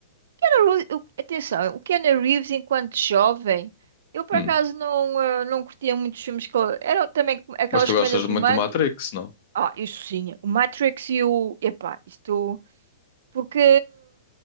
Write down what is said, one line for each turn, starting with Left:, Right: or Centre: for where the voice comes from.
Right: Keanu Reeves- o- atenção, o Keanu Reeves, enquanto jovem, eu por
Left: aí?
Right: acaso
Left: Hum.
Right: não, eh, não curtia muitos filmes que ele- eram também aquelas
Left: Mas tu
Right: comédias
Left: gostas
Right: românticas.
Left: muito do Matrix, não?
Right: Ah, isso sim. O Matrix e o. Epá, isto. Porque